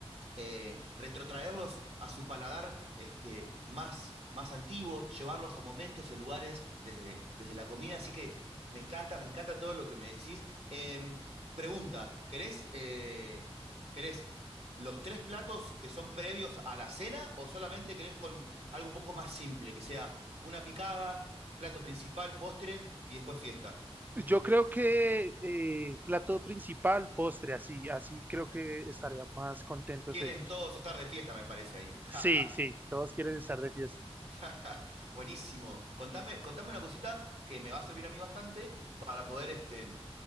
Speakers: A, on the right (about 70°); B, on the right (about 15°).
A: eh, retrotraerlos a su paladar este, más, más antiguo, llevarlos a momentos y a lugares desde, desde la comida. Así que me encanta, me encanta todo lo que me decís. Eh, pregunta, ¿querés, eh, ¿querés los tres platos que son previos a la cena o solamente querés con algo un poco más simple, que sea una picada, plato principal, postre y después fiesta?
B: Yo creo que eh, plato principal, postre, así, así creo que estarían más contentos
A: Quieren
B: ellos.
A: todos estar de fiesta, me parece ahí. <laughs>
B: Sí, sí, todos quieren estar de fiesta.
A: <laughs> Buenísimo. Contame, contame una cosita que me va a servir a mí bastante para poder este,